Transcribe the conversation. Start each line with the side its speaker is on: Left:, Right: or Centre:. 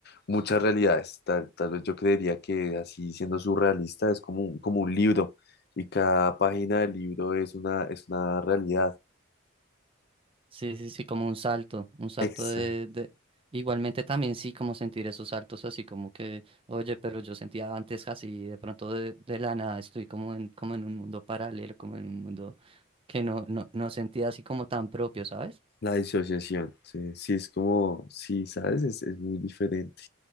Left: muchas realidades. Tal, tal vez yo creería que así siendo surrealista es como un, como un libro y cada página del libro es una, es una realidad.
Right: Sí, sí, sí, como un salto, un salto
Left: Exacto.
Right: de, de... Igualmente también sí, como sentir esos saltos así como que, oye, pero yo sentía antes así, de pronto de, de la nada estoy como en, como en un mundo paralelo, como en un mundo que no, no, no sentía así como tan propio, ¿sabes?
Left: La disociación, sí, sí, es como, sí, ¿sabes? Es, es muy diferente.